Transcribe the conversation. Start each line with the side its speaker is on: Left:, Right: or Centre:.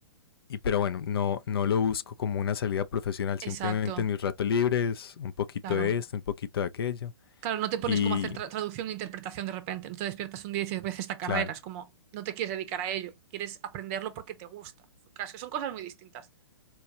Left: Y pero bueno, no, no lo busco como una salida profesional,
Right: exacto,
Left: simplemente en mis ratos libres, un poquito
Right: claro.
Left: de esto, un poquito de aquello.
Right: Claro, no te pones
Left: Y
Right: como a hacer tra- traducción e interpretación de repente, no te despiertas un día y dices, voy a hacer esta carrera,
Left: claro,
Right: es como, no te quieres dedicar a ello, quieres aprenderlo porque te gusta. Claro, es que son cosas muy distintas.